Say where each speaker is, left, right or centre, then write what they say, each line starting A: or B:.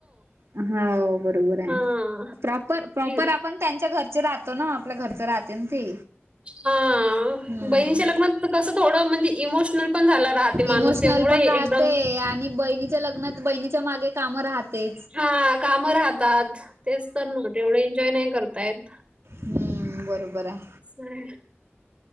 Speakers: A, on the right; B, on the right.
A: अ- हो बरोबर हाय,
B: हां.
A: प्रॉपर प्रॉपर
B: ती
A: आपण त्यांच्या घरचे राहतो ना आपल्या घरचे राहतेना ते.
B: हा
A: हम्म
B: बहिणीच्या लग्नात कस थोडं म्हणजे इमोशनल पण झाला राहते माणूस
A: इमोशनल
B: तेवढं
A: पण
B: हे
A: राहते
B: एकदम
A: आणि बहिणीच्या लग्नात बहिणीच्या मागे कामं राहते.
B: हा काम राहतात तेच तर ना तेवढे एन्जॉय नाय करता येत.
A: हम्म बरोबर हाय.
B: चलं